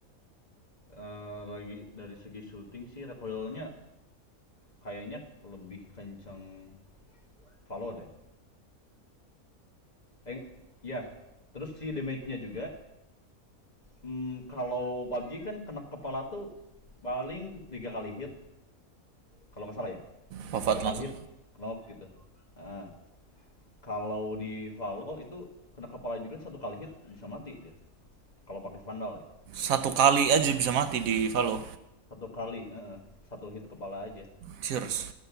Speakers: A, on the left; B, on the right.
A: eh, lagi dari segi shooting sih recoilnya kayaknya lebih kenceng Valo deh eh ya terus si damage-nya juga hmm, kalau PUBG kan kena kepala tuh paling tiga kali hit kalau nggak salah ya
B: Wafat
A: tiga kali
B: langsung.
A: hit knock gitu Ah. Kalau di Valo itu kena kepala juga satu kali hit bisa mati anjir. Kalau pakai Vandal ya.
B: Satu kali aja bisa mati di Valo.
A: Satu kali, eh, eh, satu hit kepala aja.
B: Cheers.